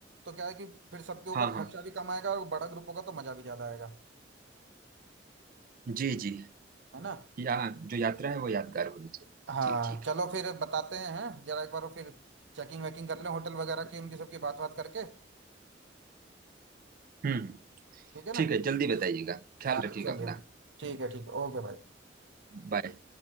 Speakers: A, on the right; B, on the right.
A: तो क्या है कि फिर सबके ऊपर
B: हाँ
A: खर्चा
B: हाँ
A: भी कम आएगा और बड़ा ग्रुप होगा तो मजा भी ज्यादा आएगा
B: जी जी
A: है ना
B: या जो यात्रा है वो यादगार होनी चाहिए
A: हाँ
B: जी ठीक
A: चलो
B: है
A: फिर बताते हैं हैं? जरा एक बार वो फिर चेकिंग वेकिंग कर लें होटल वगैरह की उनकी सबकी बात बात करके
B: हम्म
A: ठीक है ना
B: ठीक है जल्दी बताइएगा ख्याल
A: हाँ
B: रखिएगा
A: चलिए
B: अपना
A: ठीक है ठीक है ओके भाई
B: बाय